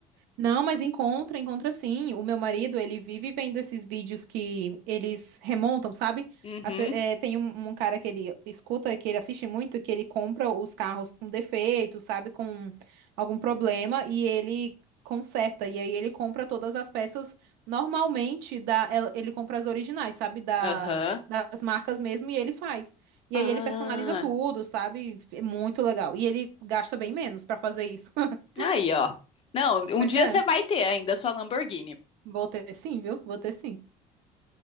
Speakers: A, on the right (about 75°); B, on the left (about 35°).
A: Não, mas encontra, encontra sim. O meu marido, ele vive vendo esses vídeos que eles remontam, sabe?
B: Uhum.
A: As pe- eh, tem um, um cara que ele escuta, que ele assiste muito, que ele compra os carros com defeito, sabe? Com algum problema e ele conserta. E aí ele compra todas as peças normalmente da, el- ele compra as originais, sabe? Da,
B: Aham.
A: das marcas mesmo e ele faz. E
B: Ah.
A: aí ele personaliza tudo, sabe? É Muito legal. E ele gasta bem menos pra fazer isso. <laughs>
B: Aí, ó. Não, um
A: Pois
B: dia
A: é.
B: você vai ter ainda a sua Lamborghini.
A: Vou ter sim, viu? Vou ter sim.